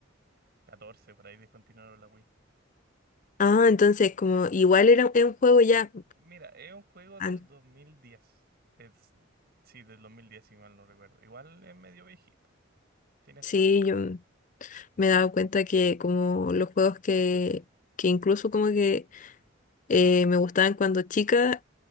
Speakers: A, on the right; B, on the left.
A: catorce por ahí descontinuaron la Wii.
B: Ah, entonces como igual
A: Mm,
B: era un
A: Sí.
B: juego ya.
A: Mira, es un juego del
B: an-
A: 2010. Es, sí, del 2010 si mal no recuerdo. Igual es medio viejito. Tiene su
B: Sí,
A: año.
B: yo me he dado cuenta que como los juegos que, que incluso como que eh, me gustaban cuando chica,